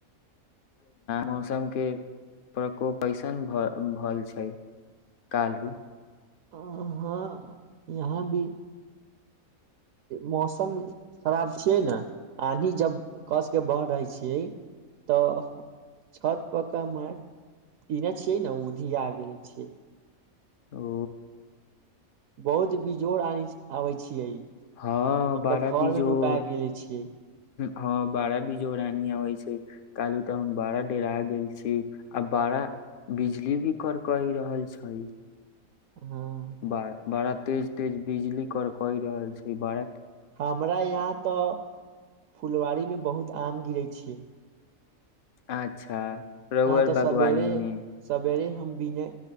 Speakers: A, on the left; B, on the right.
A: मौसम के प्रकोप कैसन भ भल छै कालू
B: आ हँ यहाँ भी मौसम खराब छियै न आनी जब कस के बह रहै छै छियै तऽ छत पकका म ईने छियै ने उधी आ गेले छियै
A: ओ
B: बहुत बेजोड़ आबै छियै
A: हँ
B: हम
A: बारह
B: तऽ घर
A: बी जोर
B: मे नुका गेले छियै
A: हँ बारह बी जोर आनी आबै छै कहलू तऽ हम बड़ा डेर आ गेल छी आ बड़ा बिजली भी करकहि रहल छै
B: हँ
A: ब बड़ा तेज तेज बिजली कर कहि रहल छै बड़
B: हमरा यहाँ तऽ फुलवाारीमे बहुत आम गिरै छीियै
A: अच्छा रउर
B: हँ तऽ
A: बागवानी
B: सबेरी
A: मे
B: सबेरी हम बीने